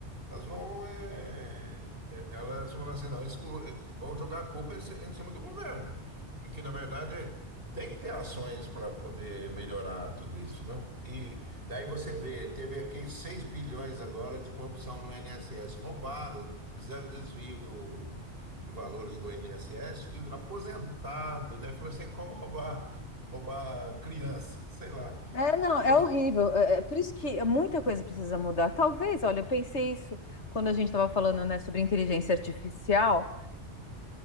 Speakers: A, on the right; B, on the left.
A: elas vão, é, é, elas vão falar assim, não, isso, co- vão jogar a culpa em, ci- em cima do governo. Porque, na verdade, tem que ter ações para poder melhorar tudo isso, não? E daí você vê, teve aqui 6 bilhões agora de corrupção no INSS. Roubaram, fizeram desvio do, de valores do INSS, de aposentado, né? Falou assim, "É como roubar, roubar criança, <laughs> sei lá.
B: É, não, é
A: Mas-
B: horrível. É, é por isso que muita coisa precisa mudar. Talvez, olha, eu pensei isso quando a gente estava falando, né, sobre inteligência artificial.